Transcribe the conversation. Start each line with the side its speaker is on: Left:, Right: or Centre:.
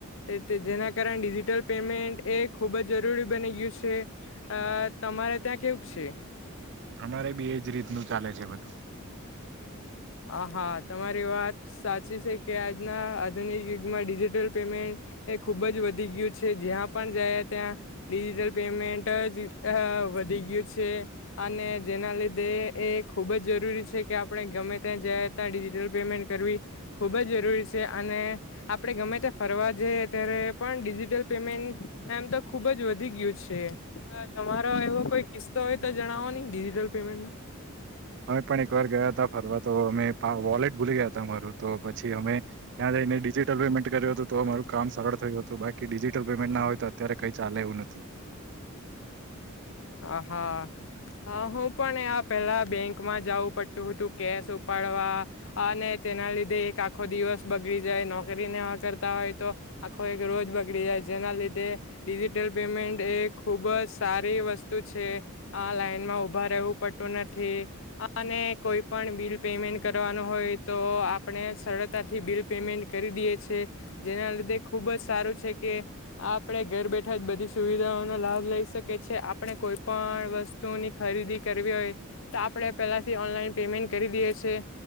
Left: જાય જેના કારણે ડિજિટલ પેમેન્ટ એ ખૂબ જ જરૂરી બની ગયું છે તમારે ત્યાં કેવું છે
Right: અમારે બી એજ રીતનું ચાલે છે બધું,
Left: હા હા તમારી વાત સાચી છે કે આજના આધુનિક યુગમાં ડિજિટલ પેમેન્ટ એ ખુબ જ વધી ગયું છે જ્યાં પણ જયા ત્યાં ડિજિટલ પેમેન્ટ જ વધી ગયું છે. અને જેના લીધે એ ખુબ જ જરૂરી છે કે, આપણે ગમે ત્યાં જાય ત્યાં ડિજિટલ પેમેન્ટ કરવી ખુબ જ જરૂરી છે અને આપણે ગમે ત્યા ફરવા જઈ ત્યારે પણ ડિજિટલ પેમેન્ટ એમ તો ખુબ જ વધી ગયુ છે તમારો એવો કોઈ કિસ્સો હોય તો જણાવો નહીિજિટલ પેમેન્ટ ન
Right: અમે પણ એક વાર ગયા હતા ફરવા તો અમે વોલેટ ભૂલી ગયા હતા અરું તો પછી અમે ત્યાં જઈને ડિજિટલ પેમેન્ટ કર્યું હતું તો અમારું કામ સરળ થયું હતું બાકી ડિજિટલ પેમેન્ટ ના હોય તો અત્યારે કઈ ચાલે એવું નથી
Left: હ હા હું પણ એ પેલા બેંકમાં જવું પડતું હતું કેશ ઉપાડવા અને તેના લીધે એક આખો દિવસ બગડી જાય નોકરી ના કરતા હોય તો આખો એક રોજ બગડી જાય જેના લીધે ડિજિટલ પેમેન્ટ એ ખુબ જ સારી વસ્તુ આ લાઈનમાં ઉભા રહેવું પડતું નથી અને કોઈ પણ બિલ પેમેન્ટ કરવાનું હોય તો આપણે સરળતાથી બિલ પેમેન્ટ કરી દઈએ છે જેના લીધે ખુબ જ સારું છે કે આપડે ઘર બેઠા જ બધી સુવિધાઓનો લાભ લઈ શકીએ છેએ. આપણે કોઈ પણ વસ્તુની ખરીદી કરવી હોય તો આપણે પહેલાથી ઓનલાઈન પેમેન્ટ કરી દઈએ છ છેએ